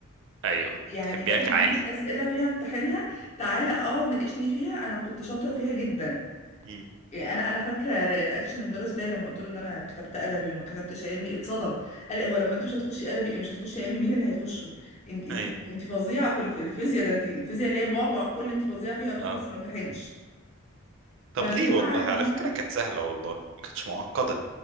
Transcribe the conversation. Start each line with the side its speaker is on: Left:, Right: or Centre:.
Right: ايوه
Left: يعني
Right: تحبيها
Left: ما تدينيش
Right: كعلم
Left: اسئلة فيها امتحنها تعالى
Right: مم.
Left: اقعد ناقشني فيها انا كنت شاطرة فيها جدا
Right: مم.
Left: إيه، انا انا فاكره ري- رياكشن المدرس بتاعي لما قلت له ان انا كتبت ادبي وما كتبتش علمي اتصدم قال لي هو لما انت مش هتخشي ادبي مش هتخشي علمي مين اللي هيخشه انت انت
Right: ايوه
Left: انت فظيعه في الف- في الفيزياء ده انت الفيزياء اللي هي بعبع الكل انت فظيعه فيها قلت
Right: اه
Left: له بس ما امتحنش
Right: طب
Left: فمن
Right: ليه والله
Left: بعديها
Right: على فكرة كانت سهلة والله ما كانتش معقدة